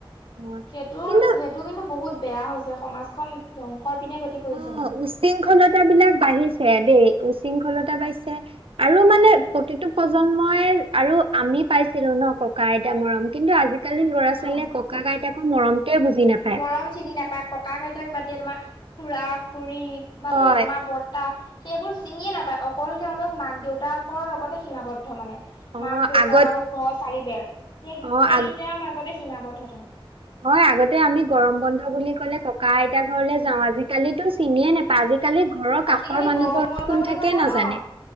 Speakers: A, on the right; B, on the left.
A: হয়।
B: সেইটোৰ
A: কিন্তু
B: সেইটো কিন্তু বহুত বেয়া হৈছে সমাজখন ধ্বংসৰ পিনে গতি কৰিছে
A: অ',
B: মানে।
A: উসৃংখলতা বিলাক বাঢ়িছে দেই উশৃংখলতা বাঢ়িছে।
B: <inaudible>
A: আৰু মানে প্ৰতিটো প্ৰজন্মই আৰু আমি পাইছিলো ন ককা আইতা মৰম কিন্তু আজিকালি আজকালিনন ল'ৰা ছোৱালীয়ে
B: অ
A: ককা আইতাকো মৰমটোৱে বুজি নাপায়।
B: গৰম চিনি নাপায় ককা কইতাক বাদ দিয়ে তোমাৰ খুৰা খুৰী বা
A: হয়।
B: বৰমা বৰ্তা। সেইবোৰ চিনিয়ে নাপায় অকল তেওঁলোক মাক দেউতাকৰ লগতে সীমাবদ্ধ মানে।
A: অ',
B: মাক দেউতাক
A: আগত
B: আৰু ঘৰ চাৰি বেৰ সেই
A: অ',
B: সেইকেইটাৰ
A: আগ
B: মাজতে সীমাবদ্ধ তেওঁ।
A: হয় আগতে আমি গৰম বন্ধ বুলি কলে ককা আইতা ঘৰলে যাও আজিকালিো চিনিয়ে নাপায়। আজিকালি ঘৰৰ
B: আজিকালি
A: কাষৰ মানুহ
B: গৰম
A: ঘৰত
B: বন্ধ
A: কোন
B: বুলি
A: থাকে
B: ক'লে
A: নাজানে।
B: অ